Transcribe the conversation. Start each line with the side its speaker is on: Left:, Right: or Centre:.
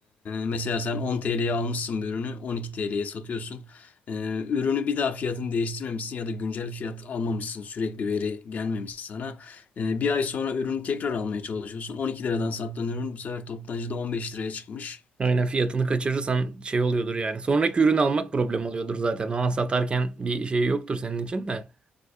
Left: mesela sen 10 TL'ye almışsın bir ürünü 12 TL'ye satıyorsun. E, ürünü bir daha fiyatını değiştirmemişsin ya da güncel fiyat almamışsın sürekli veri gelmemiş sana. E, bir ay sonra ürünü tekrar almaya çalışıyorsun. 12 liradan sattığın ürün bu sefer toptancıda 15 liraya çıkmış.
Right: Aynen fiyatını kaçırırsan şey oluyordur yani. Sonraki ürünü almak problem oluyordur zaten. Ona satarken bir şey yoktur senin için de.